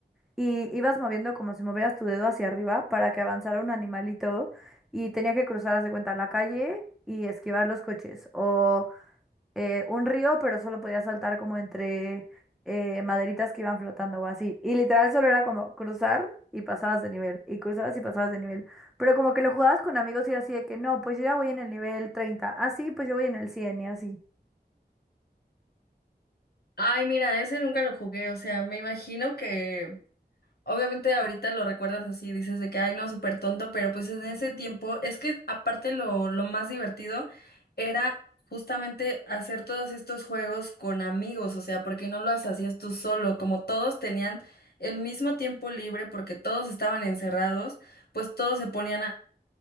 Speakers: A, in the centre; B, on the left.
A: y ibas moviendo como si movieras tu dedo hacia arriba para que avanzara un animalito y tenía que cruzar, haz de cuenta, la calle y esquivar los coches o eh, un río, pero solo podía saltar como entre eh, maderitas que iban flotando o así. Y literal solo era como cruzar y pasabas de nivel y cruzabas y pasabas de nivel. Pero como que lo jugabas con amigos y era así de que no, pues yo ya voy en el nivel treinta ah sí, pues yo voy en el 100 y así.
B: Ay, mira, ese nunca lo jugué, o sea, me imagino que Obviamente ahorita lo recuerdas así, dices de que, ay, no, súper tonto, pero pues en ese tiempo es que aparte lo, lo más divertido era justamente hacer todos estos juegos con amigos, o sea, porque no lo hacías tú solo, como todos tenían el mismo tiempo libre porque todos estaban encerrados, pues todos se ponían a